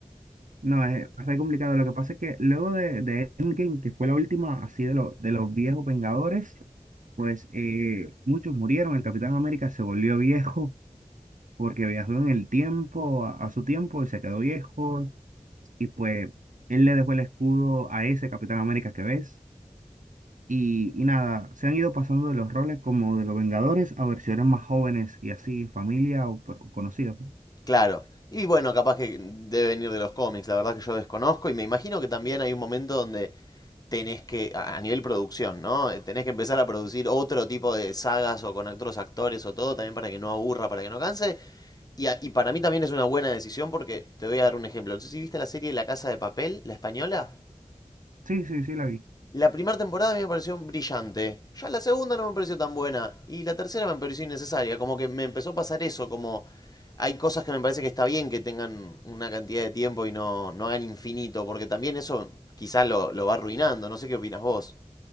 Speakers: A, on the right; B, on the left.
A: No, es bastante complicado. Lo que pasa es que luego de, de Endgame, que fue la última así de, lo- de los viejos Vengadores, pues eh, muchos murieron. El Capitán América se volvió viejo porque viajó en el tiempo, a, a su tiempo, y se quedó viejo. Y pues él le dejó el escudo a ese Capitán América que ves. Y, y nada, se han ido pasando de los roles como de los Vengadores a versiones más jóvenes y así, familia o, por- conocidos. ¿no?
B: Claro. Y bueno, capaz que debe venir de los cómics, la verdad que yo desconozco y me imagino que también hay un momento donde tenés que, a a nivel producción, ¿no? Eh, Tenés que empezar a producir otro tipo de sagas o con otros actores o todo, también para que no aburra, para que no canse. Y, a- y para mí también es una buena decisión porque te voy a dar un ejemplo. No sé si viste la serie La Casa de Papel, la española.
A: Sí, sí, sí, la vi.
B: La primera temporada a mí me pareció brillante. Ya la segunda no me pareció tan buena. Y la tercera me pareció innecesaria. Como que me empezó a pasar eso. Como hay cosas que me parece que está bien que tengan una cantidad de tiempo y no, no hagan infinito. Porque también eso quizás lo, lo va arruinando. No sé qué opinas vos.